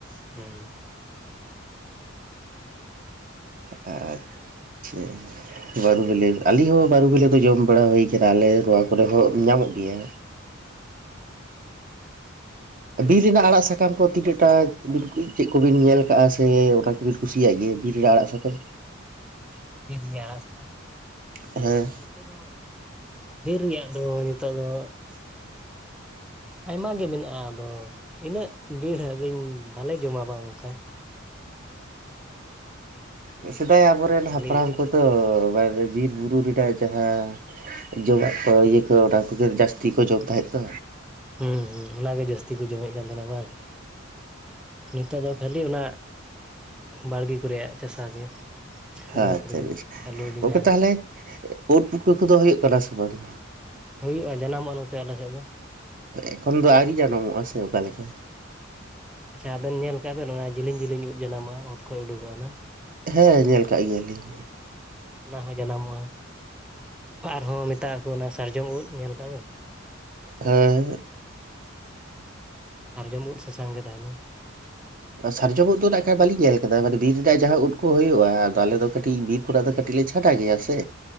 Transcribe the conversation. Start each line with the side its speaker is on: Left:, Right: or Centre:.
Centre: ᱦᱮᱸ
Right: ᱟᱪᱪᱷᱟ ᱵᱟᱹᱨᱩ ᱵᱮᱤᱞᱤ ᱟᱞᱤᱧ ᱦᱚᱸ ᱵᱟᱹᱨᱩ ᱵᱮᱤᱞᱤ ᱫᱚ ᱡᱚᱢ ᱵᱟᱲᱟ ᱦᱩᱭ ᱠᱟᱱᱟ ᱟᱞᱮ ᱱᱚᱣᱟ ᱠᱚᱨᱮ ᱦᱚᱸ ᱧᱟᱢᱚᱜ ᱜᱮᱭᱟ᱾ ᱵᱤᱨ ᱨᱮᱱᱟᱜ ᱟᱲᱟᱜ ᱥᱟᱠᱟᱢ ᱠᱚ ᱛᱤᱱᱟᱹᱜᱴᱟ ᱪᱮᱫ ᱠᱚᱵᱤᱱ ᱧᱮᱞ ᱟᱠᱟᱫᱼᱟ ᱥᱮ ᱚᱱᱟ ᱠᱚᱵᱤᱱ ᱠᱩᱥᱤᱭᱟᱜ ᱜᱮᱭᱟ ᱵᱤᱨ ᱨᱮ ᱟᱲᱟᱜ ᱥᱟᱠᱟᱢ?
Centre: ᱫᱤᱱ ᱜᱮ ᱟᱲᱟᱜ ᱥᱟᱠᱟᱢ?
Right: ᱦᱮᱸ
Centre: ᱟᱯᱮ ᱫᱚ ᱵᱤᱨ ᱨᱮᱭᱟᱜ ᱫᱚ ᱱᱤᱛᱚᱜ ᱫᱚ, ᱟᱭᱢᱟ ᱜᱮ ᱢᱮᱱᱟᱜᱼᱟ ᱟᱫᱚ ᱤᱱᱟᱹᱜ ᱵᱷᱤᱲ ᱦᱚᱞᱤᱧ ᱵᱟᱞᱮ ᱡᱚᱢᱟ ᱚᱱᱠᱟ᱾
Right: ᱟᱪᱪᱷᱟ ᱥᱮᱫᱟᱭ ᱟᱵᱚᱨᱮᱱ
Centre: ᱠᱷᱟᱹᱞᱤ
Right: ᱦᱟᱯᱲᱟᱢ ᱠᱚ ᱛᱚ ᱵᱟᱝ ᱵᱤᱨ ᱵᱩᱨᱩ ᱨᱮᱱᱟᱜ ᱡᱟᱦᱟᱸ ᱡᱚᱢᱟᱜ
Centre: ᱦᱮᱸ
Right: ᱠᱚ ᱤᱭᱟᱹ ᱠᱚ ᱚᱱᱟ ᱠᱚᱜᱮ ᱡᱟᱹᱥᱛᱤ ᱠᱚ ᱡᱚᱢ ᱛᱟᱦᱮᱸᱫ ᱛᱚ᱾
Centre: ᱦᱩᱸ ᱦᱩᱸ ᱚᱱᱟᱜᱮ ᱡᱟᱹᱥᱛᱤ ᱠᱚ ᱡᱚᱢᱮᱫ ᱠᱟᱱ ᱛᱟᱦᱮᱱᱟ ᱵᱟᱝ ᱱᱤᱛᱚᱜ ᱫᱚ ᱠᱷᱟᱹᱞᱤ ᱚᱱᱟ ᱵᱟᱲᱜᱮ ᱠᱚᱨᱮ ᱭᱟᱜ ᱪᱟᱥᱟᱟᱜ ᱜᱮ᱾ ᱚᱱᱟ
Right: ᱟᱪᱪᱷᱟ
Centre: ᱠᱚᱨᱮᱜᱮ
Right: ᱵᱮᱥ
Centre: ᱟᱹᱞᱩ ᱵᱮᱸᱜᱟᱲ
Right: ᱜᱚᱝᱠᱮ ᱛᱟᱦᱚᱞᱮ ᱩᱫ ᱯᱩᱴᱠᱟᱹ ᱠᱚᱫᱚ ᱦᱩᱭᱩᱜ ᱠᱟᱱᱟ ᱥᱮ ᱵᱟᱝ?
Centre: ᱦᱩᱭᱩᱜᱼᱟ ᱡᱟᱱᱟᱢᱚᱜᱼᱟ ᱱᱚᱛᱮ ᱟᱞᱮᱥᱮᱫ ᱫᱚ᱾
Right: ᱮᱠᱷᱚᱱ ᱫᱚ ᱟᱹᱣᱨᱤ ᱡᱟᱱᱟᱢᱚᱜᱼᱟ ᱥᱮ ᱚᱠᱟᱮᱠᱟ?
Centre: ᱟᱪᱪᱷᱟ ᱟᱵᱮᱱ ᱧᱮᱞ ᱠᱟᱜ ᱵᱮᱱ ᱚᱱᱟ ᱡᱤᱞᱤᱧ ᱡᱤᱞᱤᱧ ᱩᱫ ᱡᱟᱱᱟᱢᱚᱜᱼᱟ ᱚᱛ ᱠᱷᱚᱡ ᱩᱰᱠᱚᱜᱚ-ᱟ?
Right: ᱦᱮᱸ ᱧᱮᱞ ᱠᱟᱜ ᱜᱮᱭᱟᱞᱤᱧ᱾
Centre: ᱚᱱᱟ ᱦᱚᱸ ᱡᱟᱱᱟᱢᱚᱜᱼᱟ ᱟᱨᱦᱚᱸ ᱢᱮᱛᱟᱜ ᱟᱠᱚ ᱚᱱᱟ ᱥᱟᱨᱡᱚᱢ ᱩᱫ ᱧᱮᱞ ᱠᱟᱜ ᱵᱮᱱ?
Right: ᱦᱮᱸ
Centre: ᱥᱟᱨᱡᱚᱢ ᱡᱢᱫ ᱥᱟᱥᱟᱝ ᱜᱮ ᱛᱟᱦᱮᱱᱟ᱾
Right: ᱥᱟᱨᱡᱚᱢ ᱩᱫ ᱫᱚ ᱱᱟᱜ ᱠᱷᱟᱱ ᱵᱟᱞᱤᱧ ᱧᱮᱞ ᱟᱠᱟᱫᱟ ᱢᱟᱱᱮ ᱵᱤᱨ ᱨᱮᱱᱟᱜ ᱡᱟᱦᱟᱸᱟ ᱩᱫ ᱠᱚ ᱦᱩᱭᱩᱜᱼᱟ ᱟᱫᱚ ᱟᱞᱮ ᱫᱚ ᱠᱟᱹᱴᱤᱡ ᱵᱤᱨ ᱠᱷᱚᱲᱟ ᱫᱚ ᱠᱟᱹᱴᱤᱡ ᱞᱮ ᱪᱷᱟᱰᱟᱟᱜ ᱜᱮᱭᱟ ᱥᱮ